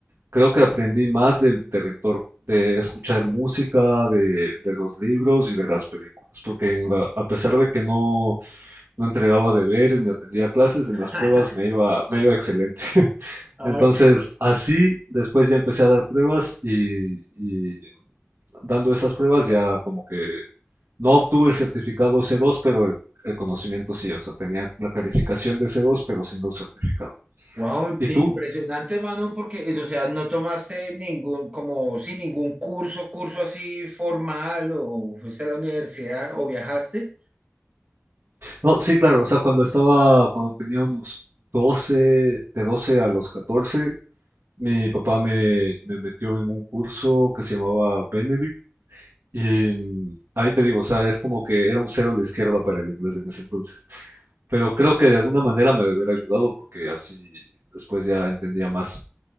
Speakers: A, on the right; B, on the right.
A: creo que aprendí más de- del entorno, de escuchar música, de, de los libros y de las películas. Porque en la- a pesar de que no, no entregaba deberes ni atendía clases, en
B: <laughs>
A: las pruebas me iba, me iba excelente. <laughs>
B: Ah,
A: Entonces,
B: ok.
A: así, después ya empecé a dar pruebas y, y dando esas pruebas ya como que no obtuve el certificado C2, pero el, el conocimiento sí, o sea, tenía la calificación de C2, pero sin los certificados.
B: Wow,
A: ¿Y tú?
B: impresionante, mano, porque, eh, o sea, no tomaste ningún, como sin ningún curso, curso así formal, o fuiste a la universidad, o viajaste.
A: No, sí, claro, o sea, cuando estaba, cuando tenía unos doce de 12 a los catorce mi papá me, me metió en un curso que se llamaba Benedict. Y mm, ahí te digo, o sea, es como que era un cero a la izquierda para el inglés en ese entonces. pero creo que de alguna manera me debería ayudado porque así después ya entendía más.